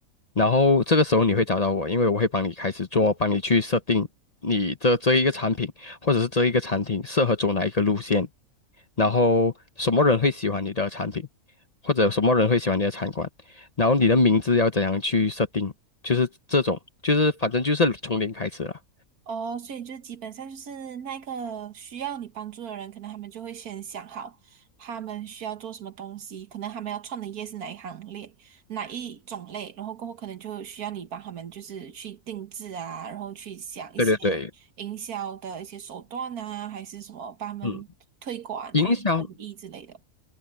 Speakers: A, on the left; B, on the right.
A: 然后这个时候你会找到我，因为我会帮你开始做，帮你去设定你这这一个产品，或者是这一个产品适合走哪一个路线，然后什么人会喜欢你的产品，或者什么人会喜欢你的餐馆。然后你的名字要怎样去设定，就是这种，就是反正就是从零开始了。
B: 哦，所以就是基本上就是那个需要你帮助的人，可能他们就会先想好他们需要做什么东西，可能他们要创的业是哪一行列、哪一种类，然后过后可能就需要你帮他们就是去定制啊，然后去想一些
A: 对对对，
B: 营销的一些手段啊，还是什么帮他们推广他们的生意之类的。
A: 嗯，营销、